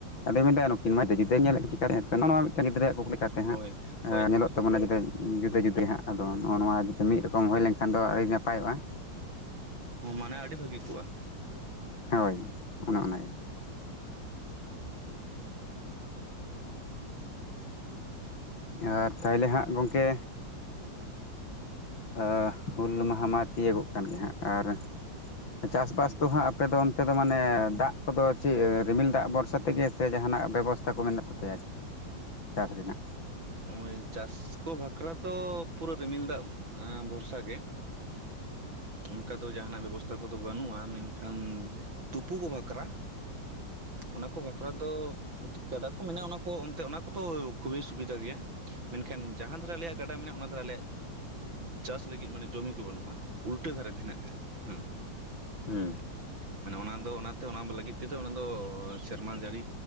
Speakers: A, on the left (about 80°); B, on the right (about 85°).
A: ᱟᱫᱚᱭ ᱢᱮᱱᱫᱟᱭ ᱱᱩᱠᱤᱱ ᱢᱟ ᱡᱩᱫᱟᱹᱧ ᱧᱮᱞᱮᱫ ᱪᱤᱠᱟᱛᱮ ᱦᱟᱸᱜ ᱱᱤᱛᱳᱝ ᱱᱚᱣᱟ ᱢᱤᱫᱴᱮᱱ ᱜᱤᱫᱨᱟᱹᱣᱟᱜ ᱠᱩᱠ ᱞᱮᱠᱟᱛᱮ ᱛᱮ ᱦᱟᱸᱜ
B: ᱦᱳᱭ
A: ᱮᱸ
B: ᱦᱳᱭ
A: ᱧᱮᱞᱚᱜ ᱛᱟᱵᱚᱱᱟ
B: ᱦᱩᱸ
A: ᱡᱩᱫᱟᱹ, ᱡᱩᱫᱟᱹ
B: ᱦᱩᱸ
A: ᱡᱩᱫᱟᱹ ᱦᱟᱸᱜ ᱟᱫᱚ ᱱᱚᱜ-ᱚ ᱱᱚᱣᱟ ᱢᱤᱫ ᱨᱚᱠᱚᱢ ᱠᱚᱢ ᱦᱩᱭ ᱞᱮᱱᱠᱷᱟᱱ ᱫᱚ ᱟᱹᱰᱤ ᱱᱟᱯᱟᱭᱚᱜ-ᱟ᱾
B: ᱢᱟᱱᱮ ᱟᱹᱰᱤ ᱵᱷᱟᱹᱜᱤ ᱠᱚᱜ-ᱟ᱾
A: ᱦᱳᱭ, ᱚᱱ ᱚᱱᱟᱜᱮ᱾ ᱟᱨ ᱛᱟᱦᱞᱮ ᱦᱟᱸᱜ ᱜᱚᱝᱠᱮ᱾ ᱟᱻ ᱦᱩᱞ ᱢᱟᱦᱟ ᱢᱟ ᱛᱤᱭᱳᱹᱜᱚᱜ ᱠᱟᱱ ᱜᱮ ᱦᱟᱸᱜ ᱟᱨ ᱪᱟᱥᱵᱟᱥ
B: ᱦᱩᱸ
A: ᱫᱚ ᱦᱟᱸᱜ? ᱟᱯᱮ ᱫᱚ ᱚᱱᱛᱮ ᱫᱚ ᱢᱟᱱᱮ ᱫᱟᱜ ᱠᱚᱫᱚ ᱪᱮ ᱨᱤᱢᱤᱞ ᱫᱟᱜ ᱵᱚᱨᱥᱟ ᱛᱮᱜᱮ ᱥᱮ ᱡᱟᱸᱦᱟᱱᱟᱜ ᱵᱮᱵᱚᱥᱛᱟ ᱠᱚ ᱢᱮᱱᱟᱜ ᱛᱟᱯᱮᱭᱟ? ᱪᱟᱥ ᱨᱮᱱᱟᱜ᱾
B: ᱦᱳᱭ, ᱪᱟᱥ ᱠᱚ ᱵᱟᱠᱷᱨᱟ ᱛᱚ ᱯᱩᱨᱟᱹ ᱨᱤᱢᱤᱞ ᱫᱟᱜ ᱮᱸ ᱵᱷᱚᱨᱥᱟ ᱜᱮ᱾ ᱚᱱᱠᱟ ᱫᱚ ᱡᱟᱦᱟᱱᱟᱜ ᱵᱮᱵᱚᱥᱛᱟ ᱠᱚᱫᱚ ᱵᱟᱹᱱᱩᱜᱼᱟ ᱢᱮᱱᱠᱷᱟᱱ ᱛᱩᱯᱩ ᱠᱚ ᱵᱷᱟᱠᱨᱟ, ᱚᱱᱟ ᱠᱚ ᱵᱟᱠᱷᱨᱟ ᱫᱚ ᱢᱤᱫᱴᱤᱡ ᱜᱟᱰᱟ ᱠᱚ ᱢᱮᱱᱟᱜᱼᱟ ᱚᱱᱟ ᱠᱚ ᱚᱱᱛᱮ ᱚᱱᱟ ᱠᱚᱫᱚ ᱠᱷᱩᱵᱮᱭ ᱥᱩᱵᱤᱫᱷᱟ ᱜᱮᱭᱟ᱾ ᱢᱮᱱᱠᱷᱟᱱ ᱡᱟᱦᱟᱸ ᱫᱷᱟᱨᱟ ᱟᱞᱮᱭᱟᱜ ᱜᱟᱰᱟ ᱢᱮᱱᱟᱜᱼᱟ ᱚᱱᱟ ᱫᱚ ᱟᱞᱮᱭᱟᱜ ᱪᱟᱥ ᱞᱟᱹᱜᱤᱫ ᱢᱟᱱᱮ ᱡᱚᱢᱤ ᱠᱚ ᱵᱟᱹᱱᱩᱜᱼᱟ, ᱩᱞᱴᱟᱹ ᱫᱷᱟᱨᱮ ᱢᱮᱱᱟᱜᱼᱟ ᱦᱮᱸ᱾
A: ᱦᱩᱸ᱾
B: ᱢᱟᱱᱮ ᱚᱱᱟ ᱫᱚ ᱚᱱᱟᱛᱮ ᱚᱱᱟ ᱞᱟᱹᱜᱤᱫ ᱛᱮᱫᱚ ᱚᱱᱟ ᱫᱚ ᱥᱮᱨᱢᱟ ᱡᱟᱹᱲᱤ